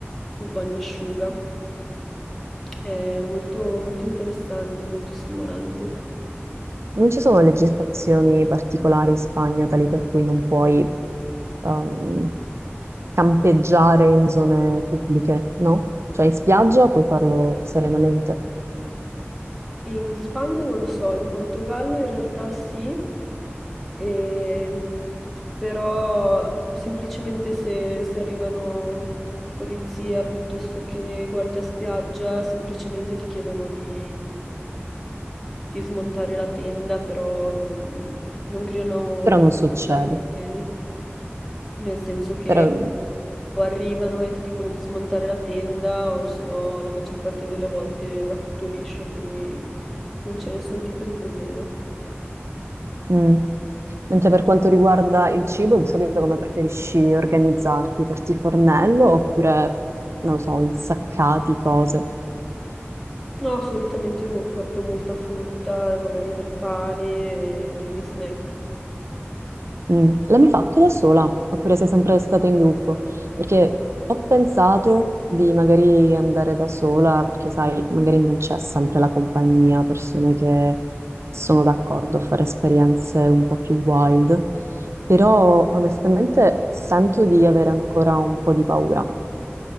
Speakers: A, in the centre; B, on the right.
A: sul bagnasciuga. È molto, molto interessante, molto stimolante.
B: Non ci sono legislazioni particolari in Spagna tali per cui non puoi ehm, campeggiare in zone pubbliche, no? Cioè in spiaggia puoi farlo serenamente,
A: In Spagna non lo so, in Portogallo in realtà sì, E- però semplicemente se, se arrivano polizia piuttosto che guardia spiaggia, semplicemente ti chiedono di, di smontare la tenda, però non, non creano
B: però non succede.
A: tali problemi, nel senso che
B: Però,
A: o arrivano e ti dicono di smontare la tenda, o se no la maggior parte delle volte va tutto liscio, quindi non c'è nessun tipo di problema.
B: mm. Mentre per quanto riguarda il cibo, di solito come preferisci organizzarti? Porti fornello oppure, non lo so, insaccati cose?
A: No, solitamente mo- porto molta frutta, magari del pane, e degli snack.
B: Mm. L'hai mai fatto da sola? Oppure sei sempre stata in gruppo? Perché ho pensato di magari andare da sola, perché sai, magari non c'è sempre la compagnia, persone che sono d'accordo a fare esperienze un po' più wild, però onestamente sento di avere ancora un po' di paura.